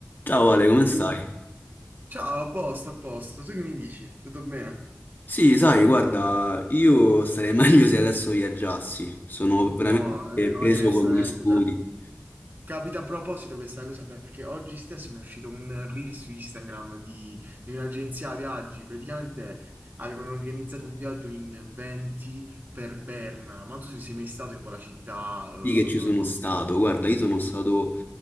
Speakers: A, on the left; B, on the right.
A: Ciao Ale, come
B: Eh,
A: stai?
B: Ciao, a posto, a posto. Tu che mi dici? Tutto bene?
A: Sì, sai, guarda, io starei <laughs> meglio se adesso viaggiassi. Sono veramente
B: Mo, one- onesto,
A: preso con
B: onesto.
A: gli studi.
B: guarda, capita a proposito questa cosa perché oggi stesso mi è uscito un reel su Instagram di, di un'agenzia viaggi. Praticamente avevano organizzato un viaggio in 20 per Berna. Ma tu sei mai stato in quella città? ehm,
A: Sì che ci sono stato, guarda, io sono stato